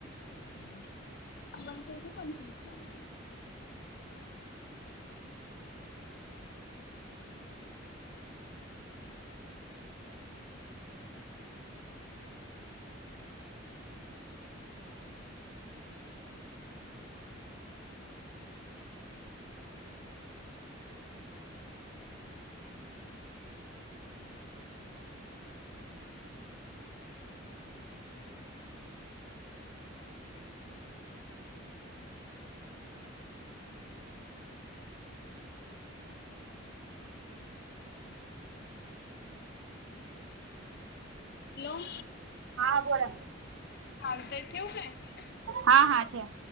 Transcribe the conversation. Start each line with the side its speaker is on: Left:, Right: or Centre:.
Left: हाय <unintelligible> पंचवीसला हाय. हॅलो,
Right: हा बोला
Left: चालतंय ठेऊ काय?
Right: हा हा ठेव.